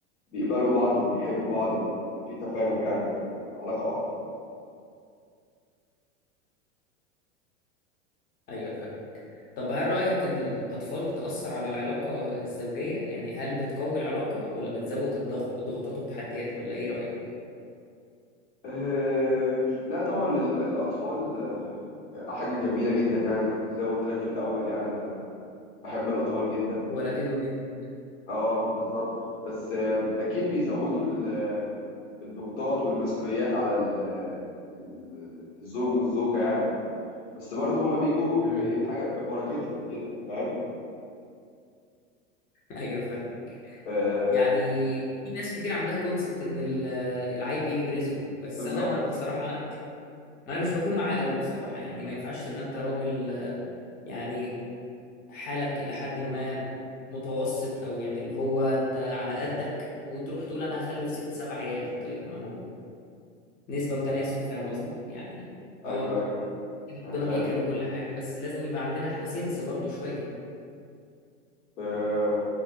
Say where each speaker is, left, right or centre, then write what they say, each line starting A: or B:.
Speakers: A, on the left; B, on the left.
A: بيقبلوا بعض وبيحبوا بعض وبيبقى في تفاهم يعني في ال- في العلاقة اكتر يعني
B: ايوه فاهم طب هل رأيك ان الاطفال بتأثر على العلاقة الزوجية يعني هل بتقوي العلاقة ولا بتزود الضغ- الضغوطات والتحديات ولا ايه رأيك
A: آه لا طبعا ال- الاطفال آه، حاجة جميلة جدا يعني أنا كنت زي ما قلت لك في الأول يعني أنا بحب الأطفال جدا
B: الولدين وبنت
A: اه بالظبط بس آه، أكيد بيزودوا ال- آه، الضغوطات والمسؤوليات على ال- آه، ال- الزوج والزوجة يعني بس برضه هما بيجوا
B: امم
A: بإيه بحاجة ببركتهم كده فاهم
B: <laughs> ايوه فاهم
A: آه
B: يعني في ناس كتير عندها كونسبت ان ال- العيل بيجي برزقه بس
A: بالظبط
B: انا ما بصراحة انا انا مش بكون معاه قوي بصراحة يعني ما ينفعش تبقى انت راجل يعني حالك إلى حد ما متوسط أو يعني اللي هو أنت على قدك وتروح تقول أنا هخلف ست سبع عيال طيب ما هو نسبة وتناسب فاهم قصدي؟ يعني
A: أيوه
B: آه
A: أيوه أيوه أنا
B: ربنا
A: فاهم
B: بيكرم كل حاجة بس لازم يبقى عندنا إحنا سنس برضو شوية
A: آه